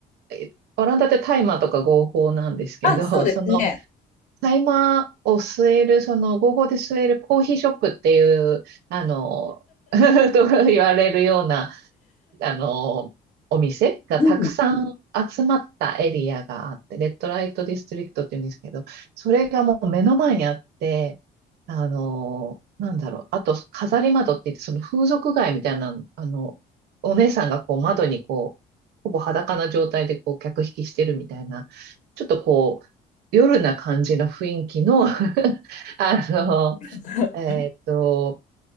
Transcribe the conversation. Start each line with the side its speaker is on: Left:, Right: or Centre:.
Right: えオランダってタイマーとか合法なんですけど、
Left: あ、そうですね。
Right: <laughs> そのタイマーを吸える、その合法で吸えるコーヒーショップっていう、あの、<laughs> と言われるような、あの、お店がたくさん集まったエリアがあって、
Left: うん。
Right: レッドライトディストリクトって言うんですけど、それがもう目の前にあって、あの、なんだろう、あと飾り窓って言って、その風俗街みたいな、あの、お姉さんがこう窓にこう、ほぼ裸な状態でこう客引きしてるみたいな、ちょっとこう、夜な感じの雰囲気の <laughs> あの、
Left: <laughs>
Right: えっと、